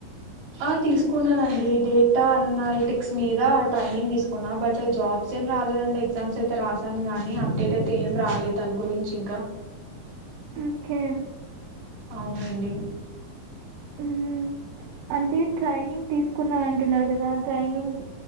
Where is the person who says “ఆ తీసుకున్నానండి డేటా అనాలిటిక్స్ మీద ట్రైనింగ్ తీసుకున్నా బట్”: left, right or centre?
Right